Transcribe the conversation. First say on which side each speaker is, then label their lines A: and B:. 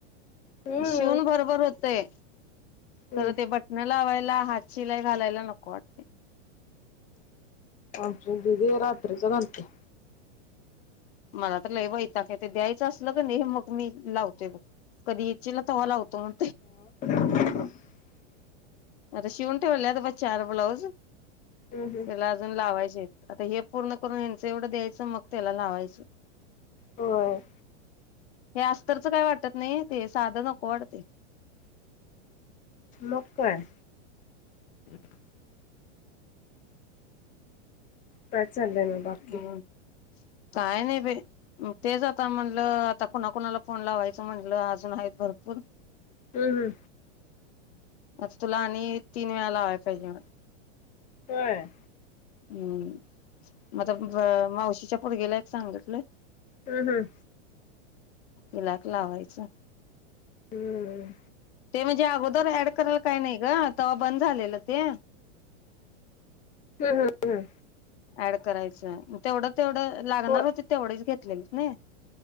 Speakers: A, on the left; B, on the left.
A: हम्म
B: शिवून बरोबर होतय.
A: हम्म
B: तर ते बटनं लावाय ला हात शिलाई घालायला नको वाटतय.
A: आमची दिदी रात्रीच घालत्या.
B: मला तर लय वैताग येतोय द्यायचं असलं क नाई मग मी लावतोय बघ कधी इचीला तवा लावतो म्हण
A: <inaudible>
B: आता शिवुन टेवल्यात ब चार ब्लाउज त्याला
A: हम्म हम्म.
B: अजून लावायचेत आता हे पूर्ण करून ह्यांचं एवढं द्यायचं मग त्याला लावायचं
A: होय.
B: हे अस्तरच काय वाटत नाई ते साधं नको वाटतय.
A: मग काय
B: <inaudible>
A: काय चालय म बाकी
B: हम्म. काय नाय बय अं तेच आता म्हणलं आता कुणाकुणाला फोन लावायचं म्हणलं अजून आहेत भरपूर
A: हूं हूं
B: आज तुला आणि तीन वेळा लावायला पाहिजे म
A: होय.
B: हूं
A: हम्म
B: म आता ब
A: हम्म.
B: मावशीच्या पोरग्याला एक सांगतलंय
A: हूं हूं
B: तेला एक लावायचाय
A: हम्म हम्म.
B: ते म्हणजे अगोदर ॲड करायला काय नाही. ग तवा बंद झालेलं ते
A: हूं हूं हूं
B: ऍड करायचं म तेवढ तेवढं लागणार
A: हो
B: होते तेवढेच घेत <unintelligible>